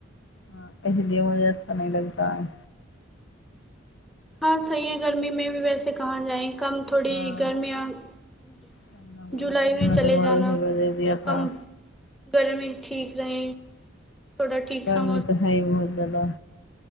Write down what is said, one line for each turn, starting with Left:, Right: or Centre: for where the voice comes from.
Left: ह इसलिए मुझे अच्छा न लगता है
Centre: हँ सही है गर्मी मे भी वैसे कहाँ जाए कम थोड़ी
Left: हाँ
Centre: गर्मियाँ जी
Left: गांधी
Centre: जुलाई
Left: हमने
Centre: मे चले
Left: तो बहुत
Centre: जाना
Left: उसे बदल दिया
Centre: जब
Left: था
Centre: कम गर्मी ठीक रहे थोड़ा ठीक
Left: बमे
Centre: सा
Left: तऽ है बहुत जाददा